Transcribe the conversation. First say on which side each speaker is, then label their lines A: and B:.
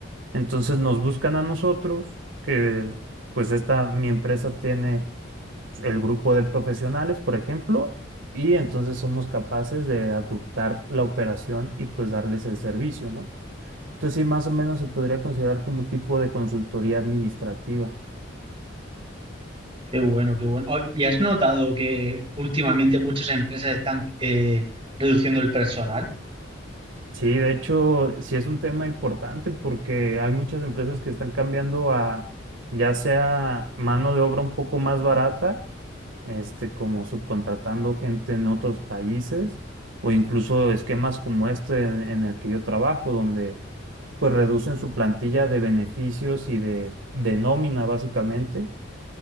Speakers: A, on the right (about 80°); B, on the right (about 25°).
A: Entonces nos buscan a nosotros, que pues esta, mi empresa tiene el grupo de profesionales, por ejemplo, y entonces somos capaces de adoptar la operación y pues darles el servicio, ¿no? Entonces sí, más o menos se podría considerar como un tipo de consultoría administrativa.
B: Qué bueno, qué bueno. Ay, ¿Y has notado que últimamente muchas empresas están eh, reduciendo el personal?
A: Sí, de hecho, sí es un tema importante porque hay muchas empresas que están cambiando a ya sea mano de obra un poco más barata, este, como subcontratando gente en otros países o incluso esquemas como este en en el que yo trabajo, donde pues reducen su plantilla de beneficios y de, de nómina básicamente